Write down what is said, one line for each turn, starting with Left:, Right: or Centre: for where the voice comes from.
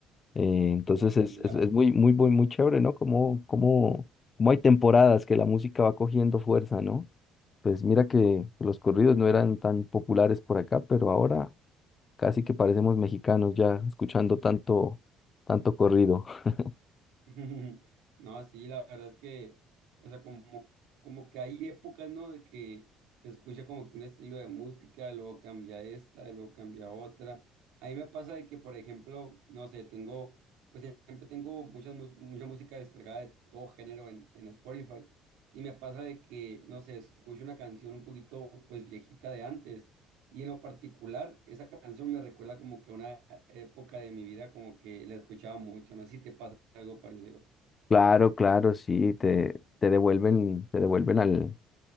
Left: Eh, entonces
Right: No, sí,
Left: es, es,
Right: la,
Left: es muy, muy, muy, muy chévere, ¿no? Como, como, como hay temporadas que la música va cogiendo fuerza, ¿no? Pues mira que los corridos no eran tan populares por acá, pero ahora casi que parecemos mexicanos ya escuchando tanto, tanto corrido. <laughs>
Right: <laughs> No, sí, la verdad es que, o sea, como, como que hay épocas, ¿no? De que se escucha como que un estilo de música, luego cambia esta, y luego cambia otra. A mí me pasa de que, por ejemplo, no sé, tengo, pues siempre tengo muchas, mus- mucha música descargada de todo género en, en Spotify, y me pasa de que, no sé, escucho una canción un poquito, pues viejita de antes, y en lo particular, esa canción me recuerda como que una época de mi vida, como que la escuchaba mucho, no sé si te pasa algo parecido.
Left: Claro, claro, sí, te, te devuelven, te devuelven al,